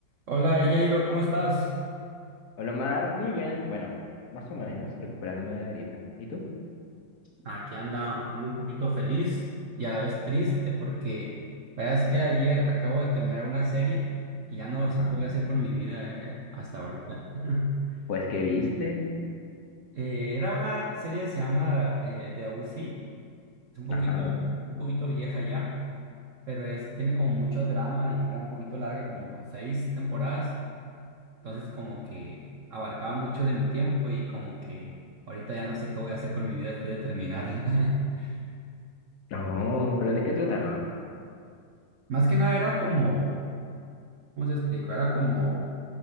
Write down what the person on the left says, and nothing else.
Hola, Omar, muy bien. Bueno, más o menos, recuperándome de la gripe. ¿Y tú?
Ajá.
Pues, ¿qué viste?
Ajá.
Oh, pero ¿de qué trataba?